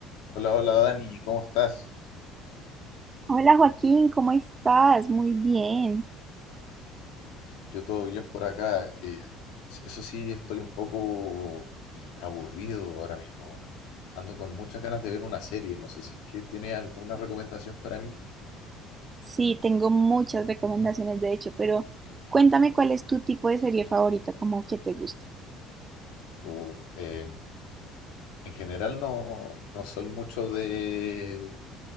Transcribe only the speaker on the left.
Hola, hola Dani, ¿cómo estás?
Yo todo bien por acá. eh, eso sí, estoy un poco eh, aburrido ahora mismo. Ando con muchas ganas de ver una serie. No sé si es que tiene alguna recomendación para mí.
O, eh, en general no, no soy mucho de,